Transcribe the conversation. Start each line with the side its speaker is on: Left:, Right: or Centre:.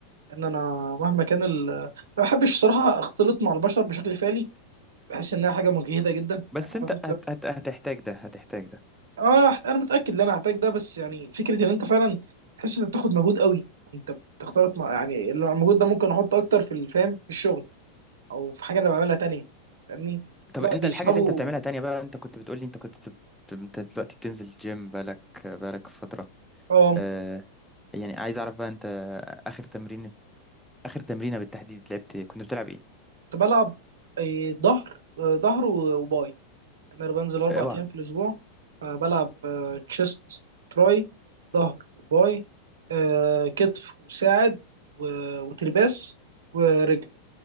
Right: ان انا مهما كان ال... ما بحبش الصراحه اختلط مع البشر بشكل فعلي بحس انها حاجه مجهده جدا
Centre: بس
Right: يعني عارف
Centre: انت هت هت هتحتاج ده هتحتاج ده
Right: اه هت- انا متاكد ان انا هحتاج ده بس يعني فكره ان انت فعلا تحس انك بتاخد مجهود قوي وانت بتختلط مع يعني اللي هو المجهود ده ممكن احطه اكتر في الفهم في الشغل او في حاجه انا بعملها تانية فاهمني
Centre: طب
Right: لا
Centre: انت
Right: بيسحبوا
Centre: الحاجة اللي انت بتعملها تانية بقى انت كنت بتقولي انت كنت بت- انت دلوقتي بتنزل جيم بقالك بقالك فترة
Right: اه
Centre: آه يعني عايز اعرف بقى انت اخر تمرين اخر تمرينة بالتحديد لعبت كنت بتلعب ايه؟
Right: كنت بلعب آه، ظهر آه، ظهر و- وباي انا بنزل اربع
Centre: اوعى
Right: ايام في الاسبوع آه، بلعب تشيست تراي ظهر وباي آه، كتف وساعد و- وترباس ورجل